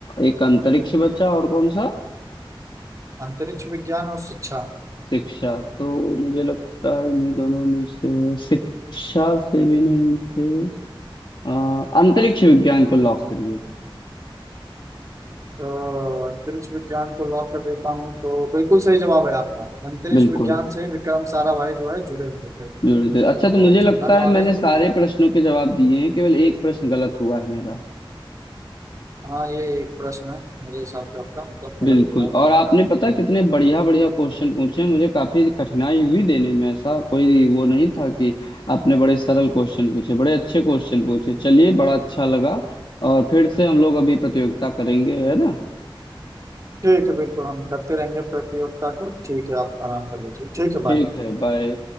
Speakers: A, on the left (about 60°); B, on the right (about 35°).
A: एक अंतरिक्ष बचा और कौन सा
B: अंतरिक्ष विज्ञान और शिक्षा
A: शिक्षा तो मुझे लगता है इन्हीं दोनों में से है शिक्षा से भी नहीं थे आ, अंतरिक्ष विज्ञान को लॉक करिए
B: तो अंतरिक्ष विज्ञान को लॉक कर देता हूँ तो बिल्कुल सही जवाब है आपका अंतरिक्ष
A: बिल्कुल
B: विज्ञान से विक्रम साराभाई जो है जुड़े हुए थे
A: जोड़े थे
B: तो
A: अच्छा तो मुझे
B: जनरल
A: लगता
B: नॉलेज
A: है मैंने सारे
B: तो
A: प्रश्नों के जवाब दिए हैं केवल एक प्रश्न गलत हुआ है मेरा
B: हाँ ये एक प्रश्न है मेरे हिसाब से आपका मतलब
A: बिल्कुल
B: गलत हो रहा है
A: और
B: मेरा
A: आपने
B: ख्याल
A: पता
B: चलो
A: कितने बढ़िया बढ़िया क्वेश्चन पूछे हैं मुझे काफी कठिनाई हुई देने में ऐसा कोई वो नहीं था कि आपने बड़े सरल क्वेश्चन पूछे बड़े अच्छे क्वेश्चन पूछे चलिए बड़ा अच्छा लगा और फिर से हम लोग अभी प्रतियोगिता करेंगे है ना
B: ठीक है बिल्कुल हम करते रहेंगे प्रतियोगिता को ठीक है आप आराम कर लीजिए ठीक है
A: ठीक
B: बाय
A: है बाय